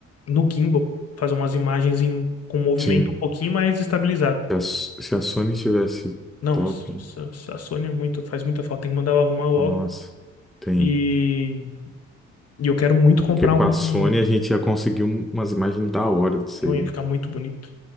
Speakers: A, on the left (about 55°); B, in the centre.
A: no gimbal, fazer umas imagens em- com movimento
B: Sim,
A: um pouquinho mais estabilizado.
B: se a, se a Sony tivesse
A: Nossa,
B: top,
A: a Sônia é muito, faz muita falta, tem que mandar ela arrumar logo.
B: nossa, tem.
A: E, e eu quero muito comprar
B: Porque com
A: um.
B: a Sony
A: um-
B: a gente ia conseguir um- umas imagens da hora disso
A: Não
B: aí, né?
A: ia ficar muito bonito.